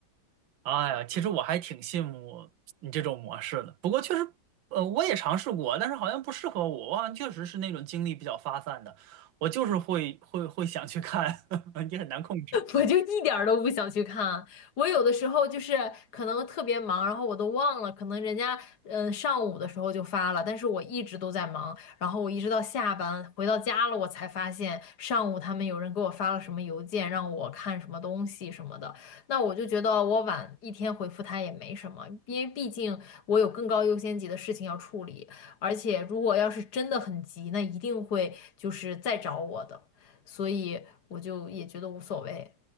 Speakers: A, on the right; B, on the left.
A: 哎呀，其实我还挺羡慕你这种模式的。呃，我也尝试过，但是好像不适合我，我好像确实是那种精力比较发散的，我就是会会会想去看，<laughs> 也很难控制。
B: 我就一点儿都不想去看。我有的时候就是可能特别忙，然后我都忘了，可能人家嗯上午的时候就发了，但是我一直都在忙，然后我一直到下班回到家了，我才发现上午他们有人给我发了什么邮件，让我看什么东西什么的。那我就觉得我晚一天回复他也没什么，因为毕竟我有更高优先级的事情要处理，而且如果要是真的很急，那一定会就是再找我的。所以我就也觉得无所谓。